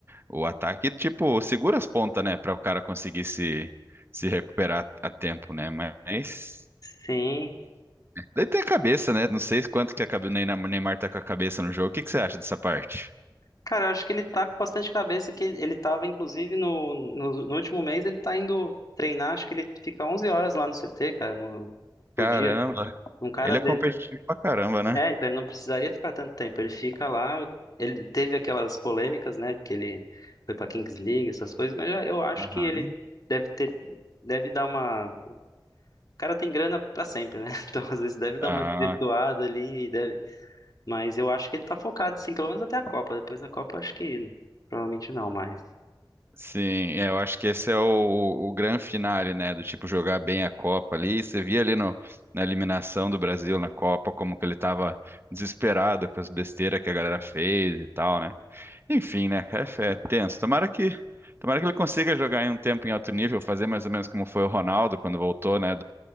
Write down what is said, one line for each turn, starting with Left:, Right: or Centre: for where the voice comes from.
Right: o ataque, tipo, segura as pontas, né? Pra o cara conseguir se, se recuperar a tempo, né? Mas,
Left: Sim,
Right: Daí tem a cabeça, né? Não sei quanto que a cabe- o Neymar Neymar tá com a cabeça no jogo. O que que você acha dessa parte?
Left: Cara, eu acho que ele tá com bastante cabeça, que ele tava, inclusive, no, no, no último mês, ele tá indo treinar, acho que ele fica 11 horas lá no CT, cara, no, por
Right: Caramba,
Left: dia. Um cara
Right: ele é
Left: de...
Right: competitivo pra caramba, né?
Left: É, então ele não precisaria ficar tanto tempo, ele fica lá, ele teve aquelas polêmicas, né, que ele foi pra Kings League, essas coisas, mas eu, eu acho
Right: Aham.
Left: que ele deve ter, deve dar uma... O cara tem grana pra sempre, né? <laughs> Então, às vezes, deve dar
Right: Ah,
Left: uma desvirtuada ali, e deve... mas eu acho que ele tá focado, sim, pelo menos até a Copa, depois da Copa, acho que provavelmente não mais.
Right: sim. É, eu acho que esse é o, o grande finale, né? Do tipo jogar bem a Copa ali. Você via ali no, na eliminação do Brasil na Copa como que ele tava desesperado com as besteiras que a galera fez e tal, né? Enfim, né? É, é tenso. Tomara que, tomara que ele consiga jogar em um tempo em alto nível, fazer mais ou menos como foi o Ronaldo quando voltou, né?